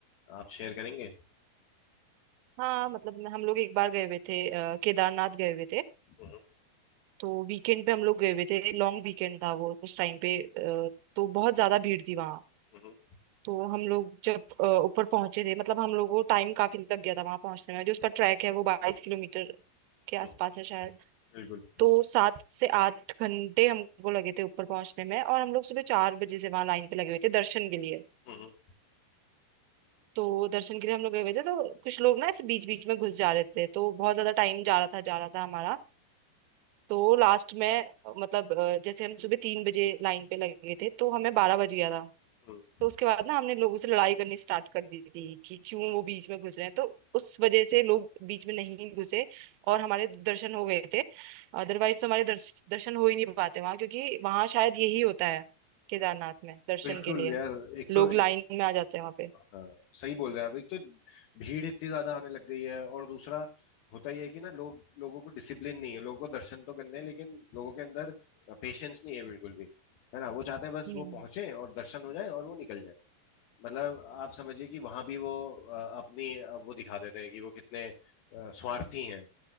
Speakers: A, on the left (about 65°); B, on the right (about 80°).
A: आप शेयर करेंगे
B: हाँ मतलब मैं- हम लोग एक बार गए हुए थे अ, केदारनाथ गए हुए थे
A: हम्म
B: तो वीकेंड पे हम लोग गए हुए थे लॉन्ग वीकेंड था वो उस टाइम पे अ, तो बहुत ज्यादा भीड़ थी वहाँ
A: हम्म
B: तो हम लोग जब अ, ऊपर पहुंचे थे मतलब हम लोग को टाइम काफी लग गया था वहां पहुंचने में जो उसका ट्रैक है वो बाईस किलोमीटर के आसपास
A: हम्म,
B: है शायद
A: बिल्कुल
B: तो सात से आठ घंटे हमको लगे थे ऊपर पहुंचने में और हम लोग सुबह चार बजे से वहां लाइन पे लगे हुए थे दर्शन के लिए
A: हम्म
B: तो दर्शन के लिए हम लोग गए हुए थे तो कुछ लोग ना ऐसे बीच बीच में घुस जा रहे थे तो बहुत ज्यादा टाइम जा रहा था जा रहा था हमारा तो लास्ट में अ, मतलब अ, जैसे हम सुबह तीन बजे लाइन पे लगे थे तो हमें बारह बज गया था
A: हम्म
B: तो उसके बाद ना हमने लोगों से लड़ाई करनी स्टार्ट कर दी थी कि क्यों वो बीच में घुस रहे हैं तो उस वजह से लोग बीच में नहीं घुसे और हमारे दर्शन हो गए थे अदरवाइज तो हमारे दर्श, दर्शन हो ही नहीं पाते वहां क्योंकि वहां शायद यही होता है केदारनाथ में दर्शन
A: बिल्कुल
B: के लिए
A: यार एक
B: लोग
A: तो ए,
B: लाइन में आ जाते हैं वहां पे
A: हाँ सही बोल रहे हैं आप एक तो भीड़ इतनी ज्यादा आने लग गई है और दूसरा होता ही है कि ना लोग लोगों को डिसिप्लिन नहीं है लोगों को दर्शन तो करने हैं लेकिन लोगों के अंदर पेशेंस नहीं है बिल्कुल भी है ना वो चाहते हैं बस
B: हम्म
A: वो पहुंचे और दर्शन हो जाए और वो निकल जाए मतलब आप समझिए कि वहां भी वो अ, अपनी अ, वो दिखा देते हैं कि वो कितने अ, स्वार्थी हैं